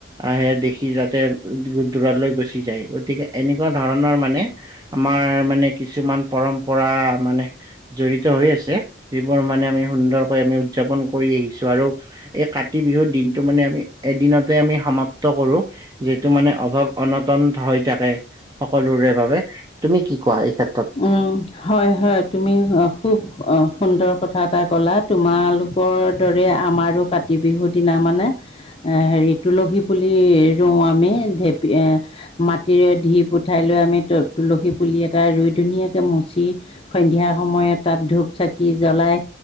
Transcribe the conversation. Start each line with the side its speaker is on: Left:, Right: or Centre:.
Right: আহে দেখি যাতে দু দূৰলৈ গুচি যায় গতিকে এনেকুৱা ধৰণৰ মানে আমাৰ মানে কিছুমান পৰম্পৰা মানে জড়িত হৈ আছে, যিবোৰ মানে আমি সুন্দৰকৈ আমি উদযাপন কৰি আহি ছোঁ আৰু এই কাতি বিহুৰ দিনটো মানে আমি এদিনতে আমি সমাপ্ত কৰো যিহেতু মানে অভাৱ অনাটন থা হৈ থাকে সকলোৰে বাবে তুমি কি কোৱা এই ক্ষেত্ৰত?
Left: উম, হয় হয়, তুমি অ খুব অ সুন্দৰ কথা এটা ক'লা তোমালোকৰ দৰে আমাৰো কাতি বিহুৰ দিনা মানে এ হেৰি তুলসী পুলি ৰোঁও আমি ঢেপী এ মাটিৰে ধিপ উঠাই লৈ আমি ত তুলসী পুলি এটা ৰুই ধুনীয়াকে মুছি সন্ধিয়া সময়ত তাত ধূপ চাকি জ্বলাই